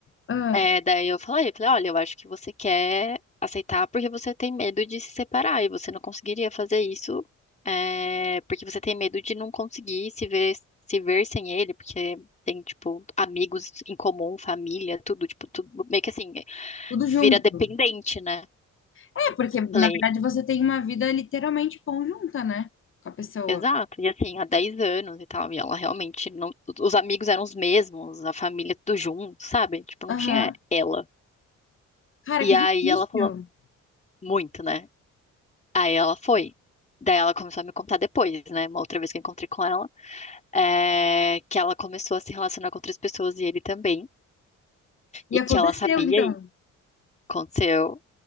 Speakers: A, on the left (about 40°); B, on the left (about 25°).
A: Ah,
B: É, daí eu falei, falei, olha, eu acho que você quer aceitar porque você tem medo de se separar e você não conseguiria fazer isso, é, porque você tem medo de não conseguir se ver, se ver sem ele, porque tem, tipo, amigos em comum, família, tudo, tipo, tudo meio que assim,
A: tudo junto.
B: vira dependente, né?
A: É, porque
B: Falei,
A: na verdade você tem uma vida literalmente conjunta, né? Com a pessoa.
B: exato, e assim, há 10 anos e tal, e ela realmente não, os amigos eram os mesmos, a família tudo junto, sabe? Tipo, não
A: Aham.
B: tinha ela.
A: Cara,
B: E
A: que
B: aí
A: difícil.
B: ela falou muito, né? Aí ela foi. Daí ela começou a me contar depois, né? Uma outra vez que eu encontrei com ela, é, que ela começou a se relacionar com outras pessoas e ele também,
A: E
B: e
A: aconteceu,
B: que ela sabia
A: então.
B: e aconteceu.